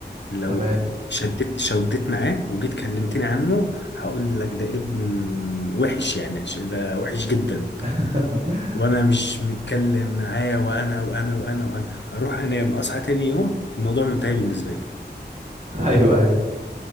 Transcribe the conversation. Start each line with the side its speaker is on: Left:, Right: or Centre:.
Left: لو
Right: تمام
Left: شدت شدت معاه وجيت كلمتني عنه هقول لك ده ابن وحش يعني ش- ده وحش جدا
Right: <laughs>
Left: وانا مش متكلم معاه وانا وانا وانا وانا اروح انام اصحى تاني يوم الموضوع منتهي بالنسبه لي
Right: ايوه ايوه